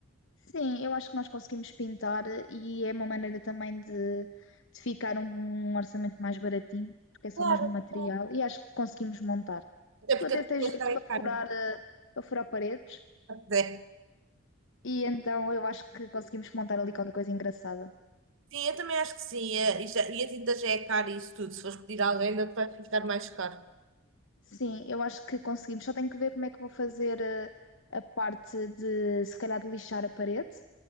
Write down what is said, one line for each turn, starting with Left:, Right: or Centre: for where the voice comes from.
Left: Sim, eu acho que nós conseguimos pintar e é uma maneira também de, de ficar um, um orçamento mais baratinho, porque é só
Right: Claro,
Left: mesmo material,
Right: claro.
Left: e acho que conseguimos montar.
Right: Até
Left: Tu
Right: porque
Left: até
Right: a tinta
Left: tens jeito
Right: já é
Left: para
Right: cara.
Left: furar, eh, para furar paredes,
Right: É.
Left: e então eu acho que conseguimos montar ali qualquer coisa engraçada.
Right: Sim, eu também acho que sim. é, E, já- e a tinta já é cara e isso tudo. Se fores pedir a alguém, ainda te vai ficar mais caro.
Left: Sim, eu acho que conseguimos. Só tenho que ver como é que vou fazer eh, a parte de, se calhar, de lixar a parede,